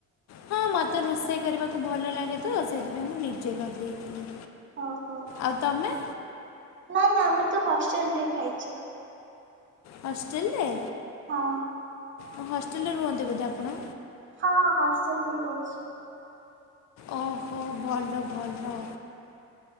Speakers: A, on the left; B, on the right.
A: ହଁ ମତେ ରୋଷେଇ କରିବାକୁ ଭଲ ଲାଗେ ତ ସେଇଥିପାଇଁ ମୁଁ ନିଜେ କରିଦେଇଥିଲି।
B: ଓହୋ।
A: ଆଉ ତମେ?
B: ନା ନା ଆମେ ତ ହଷ୍ଟେଲ ରେ ଖାଇଛୁ।
A: ହଷ୍ଟେଲ ରେ।
B: ହଁ।
A: ହ ହଷ୍ଟେଲରେ ରୁହନ୍ତି ବୋଧେ ଆପଣ?
B: ହଁ ହଷ୍ଟେଲ ରେ ହିଁ ରହୁଛି।
A: ଓହୋ ଭଲ ଭଲ